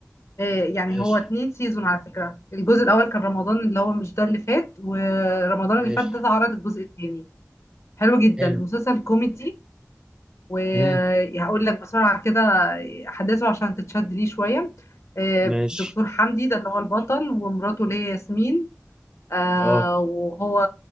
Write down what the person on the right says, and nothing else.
ماشي
ماشي
حلو
امم
ماشي
اه